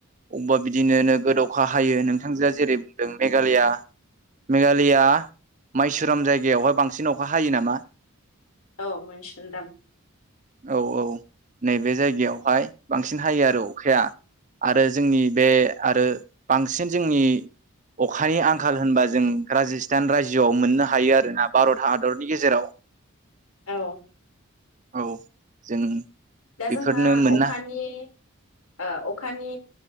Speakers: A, on the right (about 35°); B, on the left (about 85°).
A: अबेबा बिदिनो नोगोद अखा हायो नोंथांजोआ जेरै बुंदों मेघालया मेघालया माइसुराम जायगायावहाय बांसिन अखा हायो नामा।
B: औ मैसुन्दाम
A: औ औ नैबे जायगायावहाय बांसिन हायो आरो अखाया आरो जोंनि बे आरो बांसिन जोंनि अखानि आंखाल होनबा जों राजस्थान रायजोआव मोननो हायो आरोना भारत हादरनि गेजेराव।
B: औ
A: औ जों
B: दा
A: बेफोरनो
B: जोंहा
A: मोननो
B: अखानि ओ अखानि